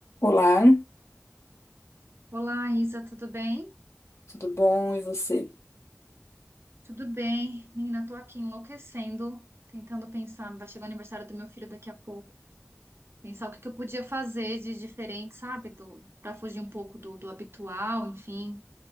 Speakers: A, on the left; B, on the right.
A: Olá,
B: Olá, Isa, tudo bem?
A: tudo bom? E você?
B: Tudo bem. Menina, eu tô aqui enlouquecendo, tentando pensar. Vai chegar o aniversário do meu filho daqui a pouco. Pensar o que que eu podia fazer de diferente, sabe? Do, para fugir um pouco do, do habitual, enfim,